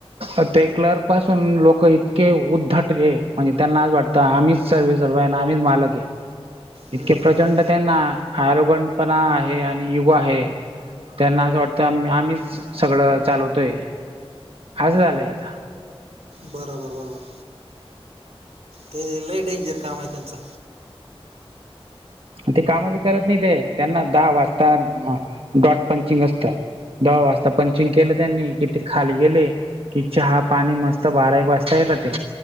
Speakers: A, on the right; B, on the right.
A: अ ते क्लर्क पासून लोक इतके उद्धट रे म्हणजे त्यांना आज वाट तर आम्हीच सर्व सरव आहे आणि आम्हीच मालक आहे. इतके
B: हम्म
A: प्रचंड त्यांना आरोगणपणा आहे आणि युग आहे. त्यांना असं वाटतंम आम्हीच सगळं चालवतोय असं झालंय आता.
B: बरोबर बरोबर. ते लई डेंजर काम आहे त्यांचं.
A: ते काम बी करत नाही ते त्यांना दहा वाजता डॉट पंचिंग असत. दहा वाजता पंचिंग केलं त्यांनी किती खाली गेले. की चहा पाणी मस्त बारा एक वाजता येत ते.